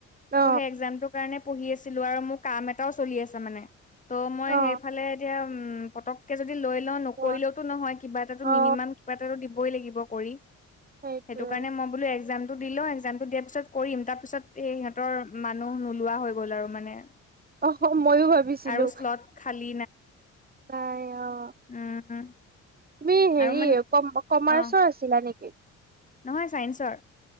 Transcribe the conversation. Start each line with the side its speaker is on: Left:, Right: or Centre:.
Right: অ
Left: ত' সেই এক্জামটোৰ কাৰণে পঢ়ি আছিলো আৰু মোৰ কাম এটাও চলি আছে মানে। ত' মই
Right: অ
Left: সেইফালে এতিয়া উম পতককে যদি লৈ লওঁ নকৰিলেওতো
Right: অ
Left: নহয় কিবা এটাটো
Right: অ
Left: মিনিমাম কিবা এটাটো দিবই লাগিব কৰি
Right: সেইটোৱে
Left: সেইটোক। কাৰণে মই বোলো এক্জাম টো দি লওঁ এক্জামটো দিয়াৰ পিছত কৰিম তাৰ পিছত এই সিহঁতৰ মানুহ নোলোৱা হৈ গ'ল আৰু মানে।
Right: অহ মইয়ো ভাবিছিলো
Left: আৰু শ্লট খালী
Right: নাই অঁ।
Left: উম উম।
Right: তুমি হেৰি
Left: আৰু মানে
Right: কম কমাৰ্চৰ
Left: অ
Right: আছিলা নেকি?
Left: নহয় ছায়ন্সৰ।